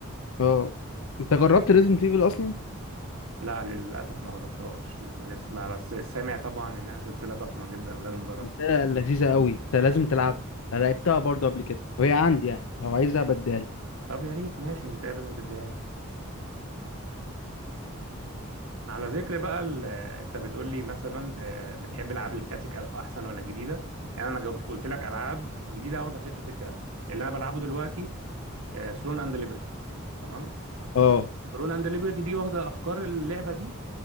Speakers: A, on the left; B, on the right.
A: اه انت جربت ريزنت ايفل اصلا
B: لا للأسف ما جربتهاش لسه ما بس سامع طبعا إنها سلسلة ضخمة جدا ولازم أجربها
A: قلتها لذيذه قوي انت لازم تلعبها أنا لعبتها برضه قبل كده وهي عندي يعني لو عايزها بدال
B: طب يا ريت ماشي نتقابل وتديها لي على ذكر بقى ال- آه، أنت بتقول لي مثلا آه، بتحب الألعاب الكلاسيك أ- أحسن ولا الجديدة يعني أنا جاوبت قلت لك ألعاب جديدة واخدة فكرة الكلاسيك اللي أنا بلعبه دلوقتي ثرون أند ليبرتي تمام
A: اه
B: ثرون أند ليبرتي دي واخدة أفكار اللعبة دي